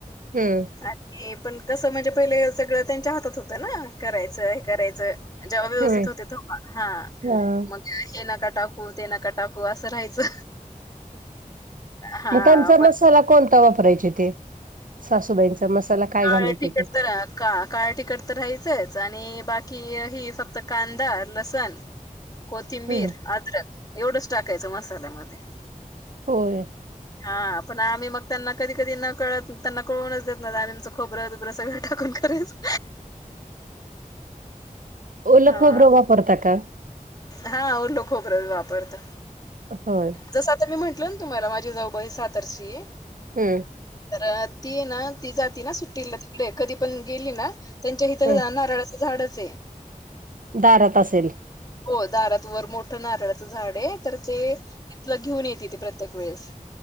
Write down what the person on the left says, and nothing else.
आणि पण कसं म्हणजे, पहिले सगळं त्यांच्या हातात होत ना करायचं हे करायचं जेव्हा व्यवस्थित
होते. तेव्हा
मग हे ना का टाकू ते नका टाकू असं राहायचं. हां
पण
काळ
तिखट
तर का काळ तिखट राहायचंच आणि बाकी ही कांदा, लसण कोथिंबीर,
आद्रक एवढंच टाकायचं मसाल्यामध्ये
हा पण आम्ही मग त्यांना कधी कधी न कळत त्यांना कळूनच देत नव्हतो आमचं खोबरं बीबर सगळं टाकून करायचो.
हा
हा ओलं खोबरं वापरतो.
जसं आता मी म्हटलं! ना तुम्हाला माझी जाऊबाई सातार ची आहे.
तर ती ना ती जाती ना सुट्टीला तिकडे कधी पण गेली ना? त्यांच्या हितं
जा नारळाचं झाडच आहे.
हो दारात वर मोठं नारळाचं झाड आहे तर ते, तिथलं घेऊन येति ती प्रत्येक वेळेस.